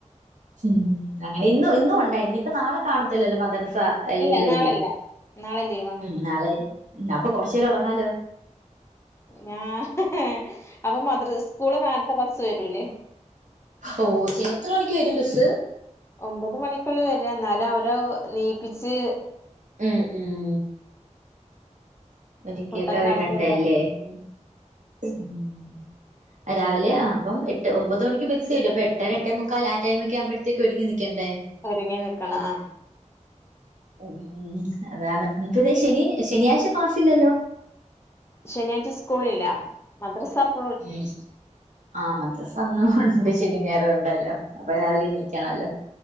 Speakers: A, on the right (about 75°); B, on the left (about 20°).
A: ഉം, അങ്ങനെ ഇന്നു ഇന്നു ഉണ്ടായി ഇനിപ്പ നാളെ കാണത്തില്ലല്ലോ മദ്റസ? <inaudible>
B: ഇല്ല
A: ലീവല്ലെ,
B: നാളല്ല നാളെ ലീവാണ്
A: ഉം നാളെ അപ്പൊ കൊറച്ചേരം ഉറങ്ങാലോ?
B: ഞാഹ് ഹ് ഹേ അപ്പൊ മദ്രസ് സ്കൂള് നേരത്തെ ബസ് വരൂല്ലേ?
A: ഓ ശെരി, എത്ര മണിക്ക് വരും ബസ്സ്?
B: ഒമ്പത് മണിക്കൊള്ളു വര, എന്നാലും അവരോ നീപ്പിച്ച്..
A: ഉം ഉം. ഒരുക്കിയൊക്കെ
B: ഫുഡൊക്കെ
A: വിടണ്ടേ
B: ആക്കിയതാണ്.
A: ല്ലേ?
B: ഉം
A: ഉം.. ആ രാവിലെ അപ്പം എട്ട് ഒമ്പത് മണിക്ക് ബസ് വരും, അപ്പൊ എട്ടര എട്ടേ മുക്കാൽ ആടൈമൊക്കെ ആവുമ്പഴത്തേക്ക് ഒരുങ്ങി നിൽക്കേണ്ടേ?
B: ഒരുങ്ങി നിക്കണം, ആ.
A: ഊ... മ്അതാണ് <inaudible> ന്നെ ശനി ശനിയാഴ്ച ക്ലാസില്ലല്ലോ?
B: ശനിയാഴ്ച സ്കൂളില്ല. മദ്രസപ്.
A: ഉം, ആ മദ്രസ അന്നും ഹ് ഹ് ണ്ട് ശനി ഞായറു ഉണ്ടല്ലോ,
B: ഉം
A: അപ്പൊ രാവിലെ
B: ഉം
A: നീ ണല്ലോ